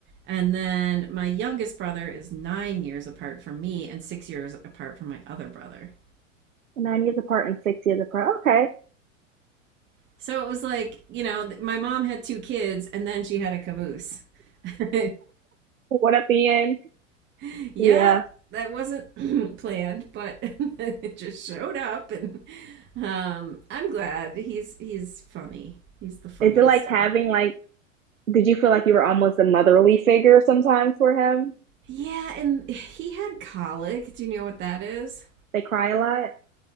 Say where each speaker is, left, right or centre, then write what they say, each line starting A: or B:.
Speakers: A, on the right; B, on the right.
A: And then my youngest brother is nine years apart from me and six years apart from my other brother.
B: Nine years apart and six years apart. Okay.
A: So it was like, you know, th- my mom had two kids and then she had a caboose. <laughs>
B: What at the end?
A: <laughs> Yep,
B: Yeah.
A: that wasn't <clears throat> planned, but <laughs> it just showed up, and um, I'm glad he's he's funny. He's the funniest
B: Is it like
A: of
B: having
A: them.
B: like Did you feel like you were almost a motherly figure sometimes for him?
A: Yeah, and he had colic. Do you know what that is?
B: They cry a lot.